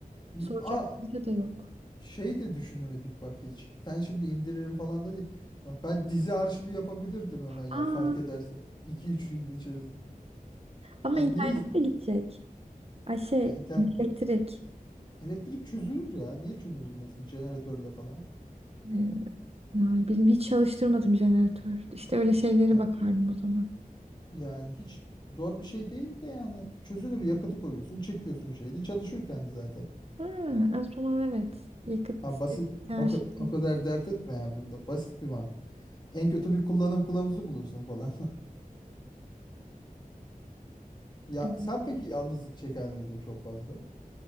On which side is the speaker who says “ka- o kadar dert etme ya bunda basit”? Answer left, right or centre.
Left